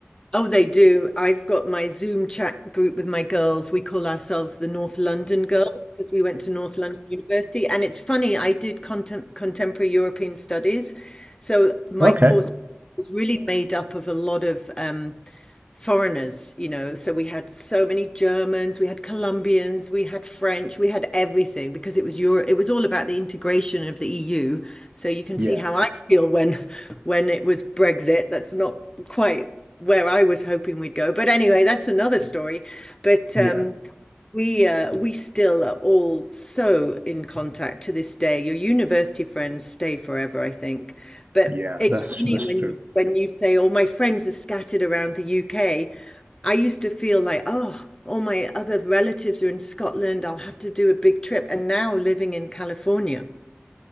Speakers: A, on the left; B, on the right.
A: Oh, they do. I've got my Zoom chat group with my girls. We call ourselves the North London Girls because we went to North London University. And it's funny, I did contem contemporary European studies. So my
B: Okay.
A: course was really made up of a lot of um, foreigners, you know. So we had so many Germans, we had Colombians, we had French, we had everything because it was Europe, it was all about the integration of the EU. So you can
B: Yeah,
A: see how I feel when when it was Brexit. That's not quite where I was hoping we'd go. But anyway, that's another story. But
B: yeah,
A: um we uh, we still are all so in contact to this day. Your university friends stay forever, I think. But
B: yeah.
A: it's
B: That's
A: funny
B: that's
A: when
B: true.
A: you, when you say, "Oh, my friends are scattered around the UK." I used to feel like, "Oh, all my other relatives are in Scotland. I'll have to do a big trip." And now living in California.